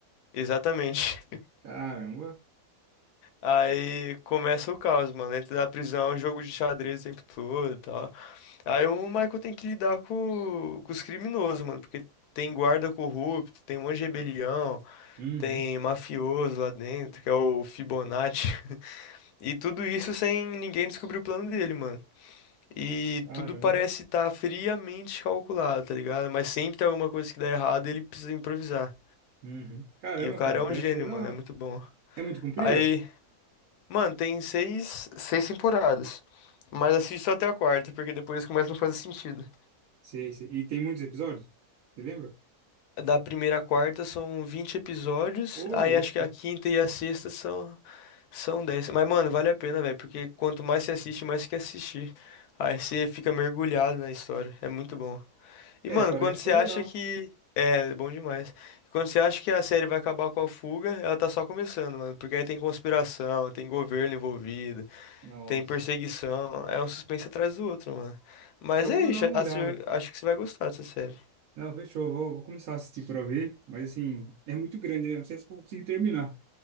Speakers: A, on the left; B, on the right.
A: exatamente. <laughs>
B: Caramba.
A: Aí começa o caos, mano. Dentro da prisão, jogo de xadrez o tempo todo e tal. Aí o Michael tem que lidar com, com os criminosos, mano. Porque tem guarda corrupto, tem um monte de rebelião,
B: Uhum.
A: tem mafioso lá dentro, que é o Fibonacci. E tudo isso sem ninguém descobrir o plano dele, mano. E
B: Caramba.
A: tudo parece estar friamente calculado, tá ligado? Mas sempre tem alguma coisa que dá errado e ele precisa improvisar.
B: Uhum. Caramba,
A: E o cara
B: cara,
A: é um
B: parece
A: gênio,
B: ser da
A: mano,
B: hora.
A: é muito bom.
B: É muito comprida?
A: Aí, mano, tem seis, seis temporadas. Mas assiste só até a quarta, porque depois começa a não fazer sentido.
B: Sei, sei. E tem muitos episódios? Você lembra?
A: Da primeira à quarta são vinte episódios,
B: Ô,
A: aí
B: louco.
A: acho que a quinta e a sexta são, são 10. Mas, mano, vale a pena, velho, porque quanto mais você assiste, mais você quer assistir. Aí você fica mergulhado na história, é muito bom. E,
B: É,
A: mano,
B: parece
A: quando você
B: ser
A: acha
B: legal.
A: que. É, bom demais. Quando você acha que a série vai acabar com a fuga, ela tá só começando, mano. Porque aí tem conspiração, tem governo envolvido,
B: Nossa.
A: tem perseguição. É um suspense atrás do outro, mano. Mas
B: É, eu
A: é
B: vou
A: isso,
B: dar uma
A: acho,
B: olhada.
A: acho que você vai gostar dessa série.
B: Não, fechou. Vou, vou começar a assistir pra ver. Mas, assim, é muito grande, né? Não sei se eu vou conseguir terminar.